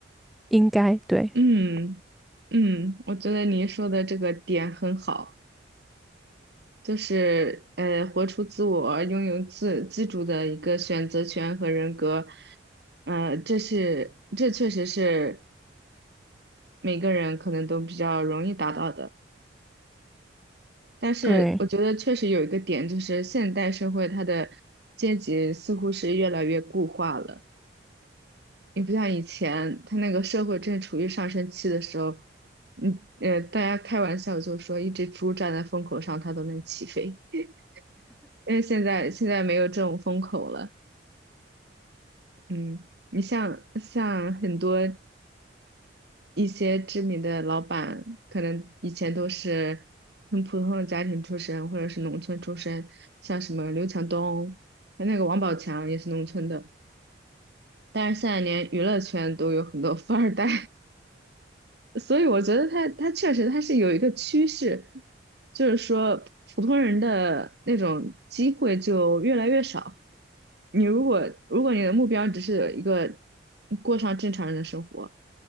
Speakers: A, in the centre; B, on the right.
A: 应该，对，
B: 嗯嗯，我觉得您说的这个点很好，就是呃，活出自我，拥有自自主的一个选择权和人格，呃，这是这确实是每个人可能都比较容易达到的。但是我觉得确实有一个点，
A: 对，
B: 就是现代社会它的阶级似乎是越来越固化了。你不像以前，他那个社会正处于上升期的时候，嗯呃，大家开玩笑就说一只猪站在风口上，它都能起飞。<laughs> 但是现在现在没有这种风口了，嗯，你像像很多一些知名的老板，可能以前都是很普通的家庭出身，或者是农村出身，像什么刘强东，那个王宝强也是农村的，但是现在连娱乐圈都有很多富二代。所以我觉得他他确实他是有一个趋势，就是说普通人的那种机会就越来越少。你如果如果你的目标只是一个过上正常人的生活，